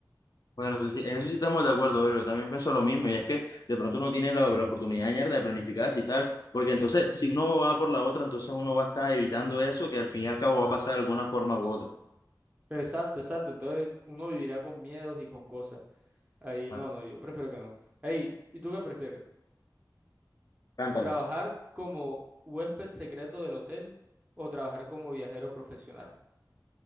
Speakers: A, on the left; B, on the right.
A: Bueno, eso sí- en eso sí estamos de acuerdo, bro. Yo también pienso lo mismo, y es que de pronto uno tiene la, la oportunidad mierda de planificarse y tal, porque entonces, si uno va por la otra, entonces uno va a estar evitando eso, que al fin y al cabo va a pasar de alguna forma u otra.
B: Exacto, exacto. Entonces uno vivirá con miedos y con cosas. Ahí
A: Claro.
B: no, no, yo prefiero que no. Ey, ¿y tú qué prefieres?
A: Cántala.
B: ¿Trabajar como huésped secreto del hotel o trabajar como viajero profesional?